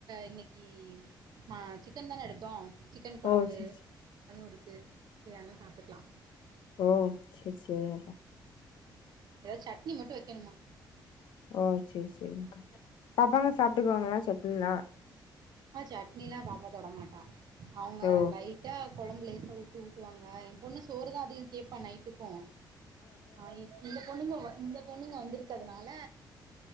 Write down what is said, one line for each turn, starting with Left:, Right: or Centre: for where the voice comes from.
Right: இன்னக் மா சிக்கன் தானெ எடுத்தோ சிக்கன் கொழம்பு
Left: ஓ சரி சரி
Right: அதுவு இருக்கு சரி அதனால சாப்டுக்லா
Left: ஓகே சேர் அல்லா
Right: ஏதா சட்னி மட்டு வெக்கணுமா
Left: ஓ சேர் சேரி்ங்கா பாப்பாங்க சாப்டுக்வாங்களா சட்னி ல்லா
Right: ஆ சட்னிலா பாப்ப தொட மாட்டா அவங்க
Left: ஓ
Right: லை ட்டா கொழம்பு லேசா ஊத்தி ஊட்டுவாங்க எ பொண்ணு சோறுதா அதிகொ கேப்பா நைட்டுக்கு ஆ இந்த பொண்ணுங்க இந்த பொண்ணுங்க வந்துருக்றதுனால